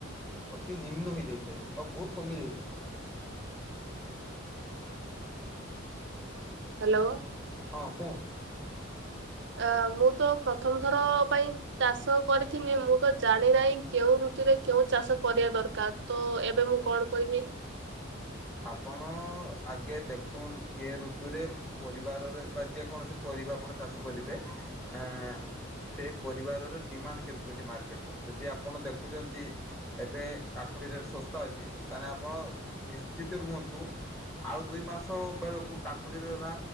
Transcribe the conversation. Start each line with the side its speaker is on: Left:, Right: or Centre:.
Centre: ଅତି ନିମ୍ନ ହେଇଯାଇଥାଏ ବା ବହୁତ କମି ଯାଇଥାଏ।
Right: ହ୍ୟାଲୋ।
Centre: ହଁ କୁନ।
Right: ଅ ମୁଁ ତ ପ୍ରଥମଥର ପାଇଁ ଚାଷ କରିିଥିନି ମୁଁ ତ ଜାଣି ନାହିଁ କେଉଁ ଋତୁରେ କେଉଁ ଚାଷ କରିବା ଦରକାର ତ ଏବେ ମୁଁ କଣ କରିବି।
Centre: ଆପଣ ଆଗେ ଦେଖୁନ୍ କେ ଋତୁରେ ପରିବାରରେ ବା ଯେକୌଣସି ପରିବା ଆପଣ ଚାଷ କରିବେ ଆ ସେଇ ପରିବାରର ଡିମାଣ୍ଡ କେତେ ହଉଚି ମାର୍କେଟର ଯଦି ଆପଣ ଦେଖୁଛନ୍ତି ଏବେ କାକୁଡି ରେଟ ଶସ୍ତା ଅଛି ତାଲେ ଆପଣ ନିଶ୍ଚିତ ରୁହନ୍ତୁ ଆଉ ଦୁଇ ମାସ ବେଳକୁ କାକୁଡିର ନା